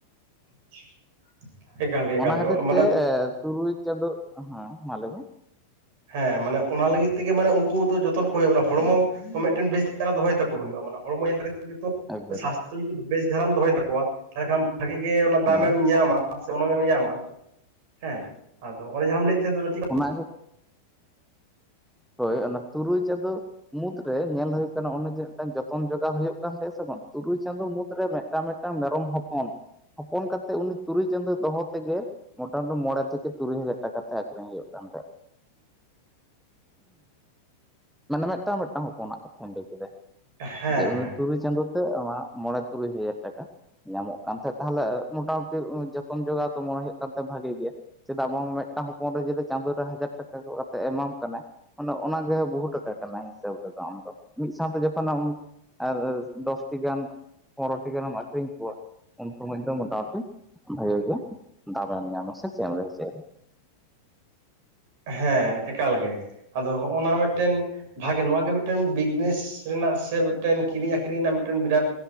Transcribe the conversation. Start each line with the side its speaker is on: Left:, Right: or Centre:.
Right: <inaudible> ᱮᱠᱟᱞ ᱜᱮ ᱮᱠᱟᱞ
Centre: ᱚᱱᱟ ᱠᱷᱟᱹᱛᱤᱨ
Right: ᱜᱮ ᱢᱟᱱᱮ
Centre: ᱛᱮ ᱛᱩᱨᱩᱭ ᱪᱟᱸᱫᱚᱳ ᱦᱮᱸ ᱢᱟ ᱞᱟᱹᱭ ᱢᱮ᱾
Right: ᱦᱮᱸ ᱢᱟᱱᱮ ᱚᱱᱟ ᱞᱟᱹᱜᱤᱫ ᱛᱮᱜᱮ ᱢᱟᱱᱮ ᱩᱝᱠᱩ ᱫᱚ ᱡᱚᱛᱚᱱ ᱠᱚ ᱦᱩᱭᱩᱜᱼᱟ, ᱢᱟᱱ ᱦᱚᱲᱢᱚ ᱢᱤᱫᱴᱮᱱ ᱵᱮᱥ ᱫᱟᱨᱟ ᱫᱚᱦᱚᱭ ᱛᱟ ᱠᱚ ᱦᱩᱭᱩᱜᱼᱟ ᱢᱟᱱᱮ ᱦᱚᱲᱢᱚ ᱧᱮᱞ ᱠᱟᱛᱮ ᱜᱮᱛᱚ
Centre: ᱮᱠᱵᱟᱨᱮ
Right: ᱥᱟᱥᱛᱷᱚ ᱡᱩᱚᱫᱤ ᱵᱮᱥ ᱫᱷᱟᱨᱟᱢ ᱫᱚᱦᱚᱭ ᱛᱟᱠᱚᱣᱟ, ᱛᱟᱦᱚᱞᱮ ᱠᱷᱟᱱ ᱵᱷᱟᱜᱤ ᱜᱮ ᱚᱱᱟ ᱫᱟᱢᱮᱢ
Centre: ᱦᱮᱸ
Right: ᱧᱟᱢᱟ᱾ <unintelligible> ᱩᱱᱟᱝᱮᱢ ᱧᱟᱢᱟ ᱦᱮᱸ ᱟᱫᱚ ᱚᱱᱮ ᱡᱟᱦᱟᱸᱢ ᱞᱟᱹᱭᱮᱫ ᱛᱟᱦᱮᱸ ᱪᱤᱠᱟ
Centre: ᱚᱱᱟ ᱦᱳᱭ ᱚᱱᱟ ᱛᱩᱨᱩᱭ ᱪᱟᱸᱫᱚ ᱢᱩᱫᱽᱨᱮ ᱧᱮᱞ ᱦᱩᱭᱩᱜ ᱠᱟᱱᱟ ᱚᱱᱮ ᱡᱮ ᱢᱩᱫᱽ ᱢᱩᱫᱽ ᱨᱮ ᱧᱮᱞ ᱦᱩᱭᱩᱜ ᱠᱟᱱᱟ ᱚᱱᱮ ᱡᱮ ᱢᱤᱫᱴᱟᱝ ᱡᱚᱛᱚᱱ ᱡᱚᱜᱟᱣ ᱦᱩᱭᱩᱜ ᱠᱟᱱ ᱛᱟᱦᱮᱸ ᱥᱮ ᱵᱟᱝ ᱛᱩᱨᱩᱭ ᱪᱟᱸᱫᱳ ᱢᱩᱫᱽᱨᱮ ᱢᱤᱫᱴᱟᱝ ᱢᱤᱫᱴᱟᱝ ᱢᱮᱨᱚᱢ ᱦᱚᱯᱚᱱ ᱦᱚᱯᱚᱱ ᱠᱟᱛᱮ ᱩᱱᱤ ᱛᱩᱨᱩᱭ ᱪᱟᱸᱫᱚ ᱫᱚᱦᱚ ᱛᱮᱜᱮ ᱢᱚᱴᱟᱢᱩᱴᱤ ᱢᱚᱬᱮ ᱛᱷᱮᱠᱮ ᱛᱩᱨᱩᱭ ᱦᱟᱡᱟᱨ ᱴᱟᱠᱟ ᱛᱮ ᱟᱠᱷᱨᱤᱧ ᱦᱩᱭᱩᱜ ᱠᱟᱱ ᱛᱟᱭᱟ ᱢᱟᱱᱮ ᱢᱤᱫᱴᱟᱝ ᱢᱤᱫᱴᱟᱝ ᱦᱚᱯᱚᱱᱟᱜ ᱠᱟᱛᱷᱟᱧ ᱞᱟᱹᱭ ᱠᱮᱫᱟ
Right: ᱦᱮᱸ
Centre: ᱡᱮ ᱩᱱᱤ
Right: ᱦᱮᱸ
Centre: ᱛᱩᱭ ᱨᱳᱭ ᱪᱟᱸᱫᱳ ᱛᱮ ᱟᱢᱟᱜ ᱢᱚᱬᱮ ᱛᱩᱨᱩᱭ ᱦᱟᱡᱟᱨ ᱴᱟᱠᱟ ᱧᱟᱢᱚᱜ ᱠᱟᱱ ᱛᱟᱦᱮᱸᱫ ᱛᱟᱦᱚᱞᱮ ᱢᱚᱴᱟᱢᱩᱴᱤ ᱡᱚᱛᱚᱱ ᱡᱚᱜᱟᱣ ᱫᱚ ᱢᱚᱱᱮ ᱦᱩᱭᱩᱜ ᱠᱟᱱ ᱛᱟᱦᱮᱸ ᱵᱷᱟᱜᱮ ᱜᱮᱭᱟ ᱪᱮᱫᱟᱜ ᱵᱟᱝ ᱢᱤᱫᱴᱟᱝ ᱦᱚᱯᱚᱱ ᱨᱮ ᱡᱩᱫᱤ ᱪᱟᱸᱫᱳ ᱨᱮ ᱦᱟᱡᱟᱨ ᱴᱟᱠᱟ ᱠᱚ ᱠᱟᱛᱮ ᱮᱢᱟᱢ ᱠᱟᱱᱟᱭ ᱢᱟᱱᱮ ᱚᱱᱟᱜᱮ ᱵᱚᱦᱩ ᱴᱟᱠᱟ ᱠᱟᱱᱟ ᱦᱤᱥᱟᱹᱵᱽ ᱨᱮᱫᱚ ᱟᱢ ᱫᱚ ᱢᱤᱫ ᱥᱟᱶᱛᱮ ᱡᱚᱠᱷᱚᱱ ᱟᱢ ᱟᱨ ᱫᱚᱥᱴᱤ ᱜᱟᱱ ᱯᱚᱱᱨᱚᱴᱤ ᱜᱟᱱᱮᱢ ᱟᱹᱠᱷᱨᱤᱧ ᱠᱚᱣᱟ᱾ ᱩᱱᱠᱩ ᱢᱤᱫ ᱫᱚᱢ ᱢᱳᱚᱴᱟᱢᱩᱴᱤ ᱵᱷᱟᱜᱮ ᱜᱮ ᱫᱟᱢᱮᱢ ᱧᱟᱢᱟ ᱥᱮ ᱪᱮᱫ ᱮᱢ ᱞᱟᱹᱭ ᱦᱳᱪᱳᱭᱟ?
Right: ᱦᱮᱸ ᱮᱠᱟᱞ ᱜᱮ᱾ ᱟᱫᱚ ᱦᱚᱜᱼᱚᱱᱟ ᱢᱤᱫ ᱢᱤᱫᱴᱮᱱ ᱵᱷᱟᱜᱮ ᱱᱚᱣᱟ ᱜᱮ ᱢᱤᱫᱴᱮᱱ ᱵᱤᱡᱽᱱᱮᱥ ᱨᱮᱱᱟᱜ ᱥᱮ ᱢᱤᱫᱴᱮᱱ ᱠᱤᱨᱤᱧ ᱟᱠᱷᱨᱤᱧ ᱨᱮᱱᱟᱜ ᱢᱤᱫᱴᱮᱱ ᱵᱤᱨᱟᱴ